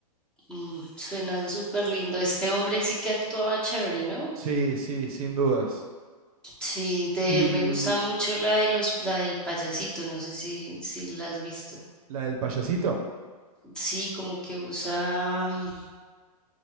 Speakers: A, in the centre; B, on the right.
A: Mm, suena súper lindo. Este hombre sí que actuaba chévere, ¿no?
B: Sí, sí, sin dudas.
A: Sí, de
B: ¿Y
A: él me gusta mucho la de los, la del payasito, no sé si, si la has visto.
B: la del payasito?
A: Sí, como que usa, mm,